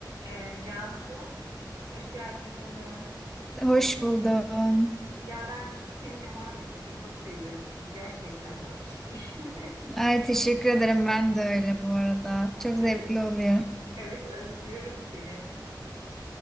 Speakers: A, on the right (about 70°); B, in the centre.
A: Ee, Cansu, hoş geldin canım.
B: Hoş buldum.
A: Ya ben seninle muhabbet etmeyi çok seviyorum kız gerçekten bak ciddiyim.
B: Ay teşekkür ederim. Ben de öyle bu arada.
A: <laughs>
B: Çok zevkli
A: Ee,
B: oluyor.
A: Evet özlüyorum seni.